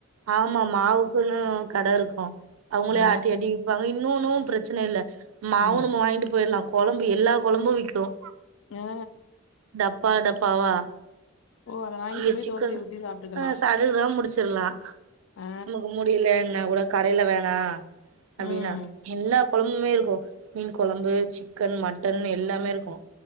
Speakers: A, on the right (about 80°); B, on the left (about 65°).
A: ஆமா மாவுக்குன்னு கடயிருக்கும் அவுங்ளே
B: ஆ
A: ஆட்டி ஆட்டி விப்பாங்க இன்னு ன்னு பிரச்சன இல்ல மாவுனும்
B: ம்
A: மா வாங்கிட்டு போய்டு லாம் கொழம்பு எல்லா கொழம்பு விக்கும்
B: ஆ
A: டப்பா டப் பவா
B: ஓ அத வாங்கிட்டு
A: இங்க
B: போய்
A: சிக்குனு
B: தோசைய ஊத்தி சாப்ட்டுக்கலா
A: ஆஹ் சரிரா முடிச்சிலா
B: ஆ
A: நமக்கு முடியல என்ன கூட கடையில வேணா அப்டின்னா
B: ம்
A: எல்லா கொழம்முமே இருக்கு மீன் கொழம்பு சிக்கன் மட்டன் எல்லாமே இருக்கு